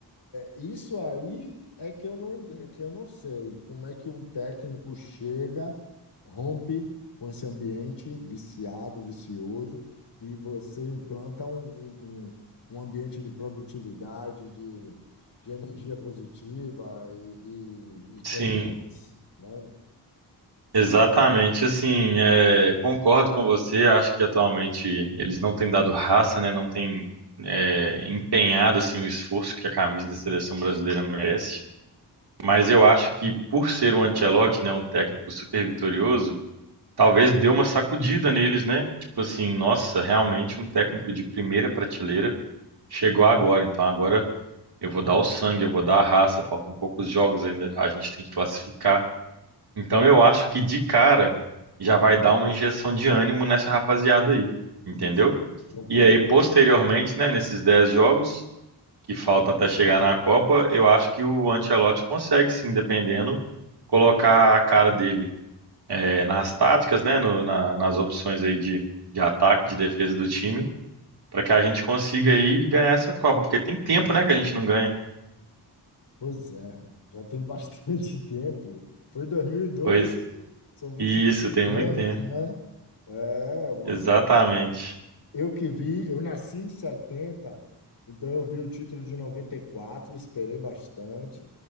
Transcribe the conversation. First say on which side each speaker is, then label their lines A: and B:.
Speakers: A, on the left (about 75°); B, on the right (about 65°).
A: Isso aí é que eu não, ent- é que eu não sei como é que um técnico chega, rompe com esse ambiente viciado, vicioso, e você implanta um, um, um um ambiente de produtividade, de, de energia positiva e, e, e campeões,
B: Sim.
A: né?
B: Exatamente, assim, é, concordo com você. Acho que atualmente eles não têm dado raça, né? Não têm é, empenhado assim o esforço que a camisa da seleção brasileira merece. Mas eu acho que por ser um Ancelotti, né, um técnico super vitorioso, talvez deu uma sacudida neles, né? Tipo assim, nossa, realmente um técnico de primeira prateleira chegou agora. Então agora eu vou dar o sangue, eu vou dar a raça. Faltam poucos jogos ainda, a gente tem que classificar. Então eu acho que de cara já vai dar uma injeção de ânimo nessa rapaziada aí, entendeu?
A: Isso, concordo.
B: E aí, posteriormente, né, nesses 10 jogos que faltam até chegar na Copa, eu acho que o Ancelotti consegue, sim, dependendo, colocar a cara dele eh, nas táticas, né, no- na- nas opções aí de, de ataque, de defesa do time, para que a gente consiga aí ganhar essa Copa, porque tem tempo, né, que a gente não ganha.
A: Pois é, já tem bastante <laughs> tempo. Foi 2002,
B: Pois
A: são 20
B: isso, tem
A: anos,
B: muito tempo.
A: né? É, uma
B: Exatamente.
A: Eu que vi, eu nasci em 70, então eu vi o título de 94, esperei bastante,